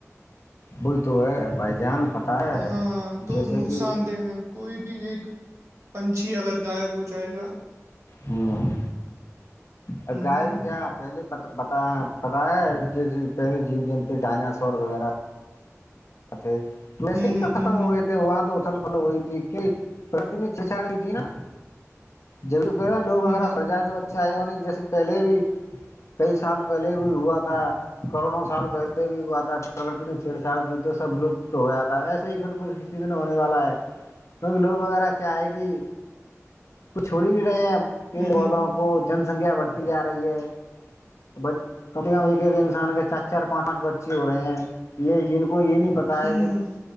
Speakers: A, on the left; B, on the right.
A: بئی تو ہے بھائی جان پتہ ہے
B: ہاں تو
A: جیسے
B: نقصان
A: کہ
B: دہ ہے کوئی بھی ایک پنچھی اگر غائب ہو جائے گا
A: ہوں اور
B: ہوں
A: گائے
B: ہوں
A: تو کیا آپ پہلے پتا پتا ہے جی پہلے جیو جنتی ڈائناسور وغیرہ تھے مسے
B: ہوں
A: ہی تو
B: ہوں
A: ختم
B: ہوں
A: ہوئے تھے وہاں تو اتل پل ہوئی تھی پرنی چچاڑی تھی نا جب کہ لوگ
B: ہوں
A: وغیرہ سر جائے تو چاہے ہو نہیں جیسے پہلے بھی کئی سال پہلے بھی ہوا تھا کروڑوں سال پہلے بھی ہوا تھا پرر نے چھیڑ چاڑ کی تو سب لپت ہویا تھا ایسے ہی فر ک کسی دن ہونے والا ہے لو وغیرہ کیا آئے گی کچھ چھوڑی نہیں رہے ہیں پیڑ
B: ہوں ہوں
A: پودوں کو جن سنکھیا بڑھتی جا رہی ہے کم سے کم ایک ایک انسان کے چار چار پانچ پانچ بچے ہو رہے ہیں یہ ان کو یہ نہیں پت ہے
B: ہوں
A: کہ